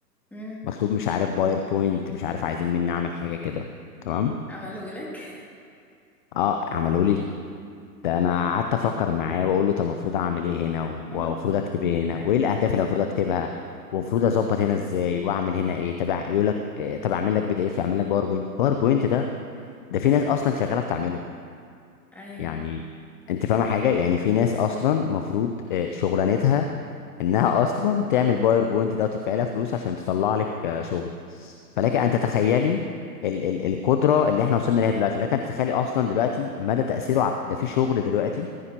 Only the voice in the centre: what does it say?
امم
عمله لك <laughs>
اه
ايوه
ايوه